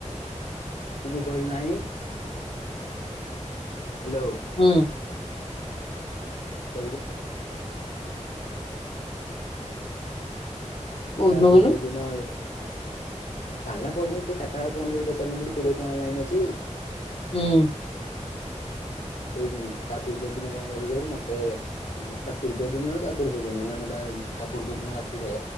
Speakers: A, on the left; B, on the left.
A: ତୁ ଯୋଉ କହିଲୁ ନାହିଁ। ହ୍ୟାଲୋ।
B: ହୁଁ।
A: ସ <unintelligible>
B: କୋଉ
A: ତା
B: ଦିନ
A: ପୂର୍ବ
B: କହିଲୁ
A: ଦିନ ହଁ କାଲି ନା ପରଦିନ ତତେ ଚାରିଟା ବେଳେ ଫୋନ କରି ପଚାରୁନଥିଲି କୋଡିଏ ଟଙ୍କା ଅନଲାଇନ୍ ଅଛି।
B: ହୁଁ।
A: ସେଇଦିନ ତା ପୂର୍ବ ଦିନ କଣ କହିଲି କହିଲୁ ମତେ ମାନେ ତା ପୂର୍ବ ଦିନରେ ତା ପୂର୍ବ ଦିନ ମାନେ ତା ତା ପୂର୍ବ ଦିନ ରାତିରେ